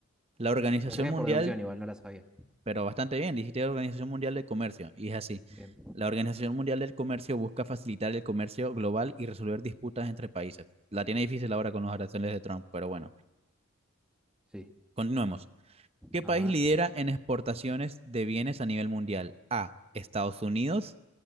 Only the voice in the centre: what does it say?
La saqué
por deducción igual, no la sabía.
Bien.
Sí.
A ver.